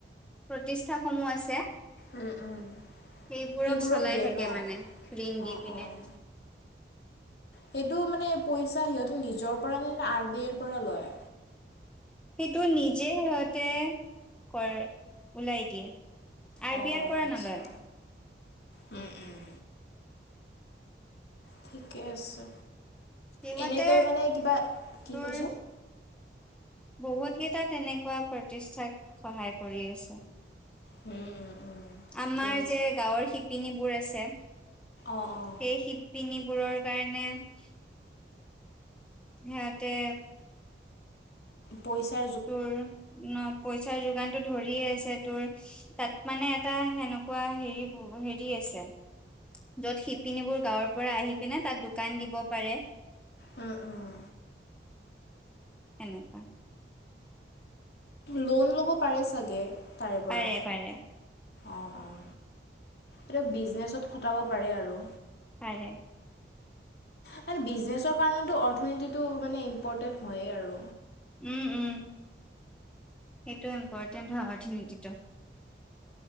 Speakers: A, in the centre; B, on the left.
A: প্ৰতিষ্ঠা সমূহ আছে সেইবোৰক
B: উম উম সেইবোৰক
A: চলাই
B: দিয়ে
A: থাকে
B: ন
A: মানে, ঋণ দি
B: অঁ
A: পিনে।
B: অঁ সেইটো মানে পইচা সিহঁতে নিজৰ পৰা আনে নে আৰ বি আইৰ পৰা লয়?
A: সেইটো নিজেই সিহঁতে কৰ ওলাই দিয়ে। আৰ
B: অঁ
A: বি আই
B: অঁ
A: পৰা
B: আচ্ছা
A: নলয়।
B: উম উম। ঠিকে আছে,
A: সিহঁতে
B: এনেই তই মানে কিবা, কি
A: তোৰ
B: কৈছ?
A: বহুত কেইটা তেনেকুৱা প্ৰতিষ্ঠাক সহায় কৰি আছে।
B: হম্ উম উম। ঠিকে
A: আমাৰ
B: আছে
A: যে গাঁৱৰ শিপিনীবোৰ আছে সেই
B: অঁ অঁ
A: শি শিপিনীবো কাৰণে সিহতে
B: পইচা।
A: তোৰ ন, পইচাৰ যোগানতটো ধৰিয়ে আছে তোৰ। তাত মানে এটা সেনেকুৱা হেৰি বোৰ হেৰি আছে য'ত শিপিনীবোৰ গাঁৱৰ পৰা আহি পিনে তাত দোকান দিব পাৰে।
B: উম উম।
A: এনেকুৱা।
B: লোন ল'ব পাৰে ছাগে তাৰে পৰা
A: পাৰে পাৰে
B: অঁ অঁ। তেওঁ বিজনেছত খটাব পাৰে আৰু।
A: পাৰে।
B: মানে বিজনেছৰ কাৰণেতো অৰ্থনীতিটো মানে ইম্পৰ্টেণ্ট হয়েই আৰু।
A: উম উম সেইটো ইম্পৰ্টেণ্ট হয় অৰ্থিনতিটো।